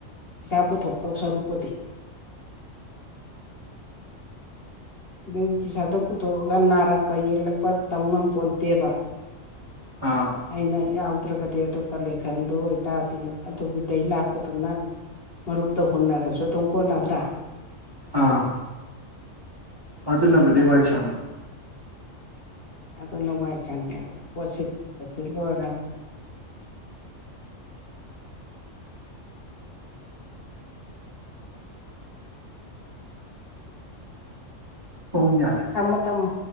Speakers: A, on the left; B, on the right.
A: ꯄꯩꯁꯥ ꯄꯨꯊꯣꯛꯇꯧ ꯁꯔꯨꯛꯄꯨꯗꯤ ꯑꯗꯨꯏ ꯄꯩꯁꯥꯗꯣ ꯄꯨꯊꯣꯛꯑꯒ ꯅꯥꯔꯛꯄ ꯌꯦꯛꯂꯛꯄ ꯇꯝ ꯉꯝꯄꯣꯟꯇꯦꯕ
B: ꯑꯥ
A: ꯑꯩꯅ ꯌꯥꯎꯗ꯭ꯔꯒꯗꯤ ꯑꯗꯨ ꯀꯂꯦꯛꯁꯟꯗꯨ ꯑꯣꯏꯇꯥꯗꯤ ꯑꯗꯨꯒꯤꯗꯩ ꯂꯥꯛꯄꯗꯨꯅ ꯃꯔꯨꯞꯇ ꯍꯨꯟꯅꯔꯁꯨ ꯑꯗꯨꯝ ꯀꯣꯟꯅꯗ꯭ꯔꯥ
B: ꯑꯥ ꯑꯗꯨꯅꯕꯨꯗꯤ
A: ꯑꯗꯨꯅ
B: ꯋꯥꯏ ꯁꯪꯉꯤ
A: ꯑꯗꯨꯅ ꯋꯥꯏ ꯁꯪꯉꯦꯕ ꯄꯣꯠ ꯁꯤꯠ ꯀ ꯁꯤꯠꯂꯣꯏꯔ
B: ꯄꯨꯡ ꯌꯥ
A: ꯊꯝꯃꯣ ꯊꯝꯃꯣ